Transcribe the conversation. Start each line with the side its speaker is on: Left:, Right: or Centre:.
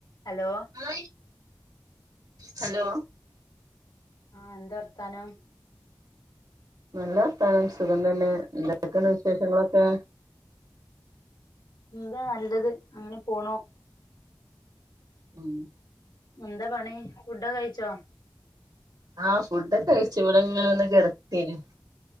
Left: Hello
Right: ആ hello
Left: ആ എന്താ വർത്താനം?
Right: നല്ല വർത്താനം സുഖം തന്നെ എന്തക്കെണ്ട് വിശേഷങ്ങളൊക്കെ?
Left: എന്താ നല്ലത് അങ്ങനെ പോണു.
Right: ഉം
Left: എന്താ പണി ഫു‌ഡോക്കെ കയ്ച്ചോ?
Right: ആഹ ഫു‌ഡോക്കെ കഴിച്ച് വിടെങ്ങനെ ഒന്ന് കിടക്കേനി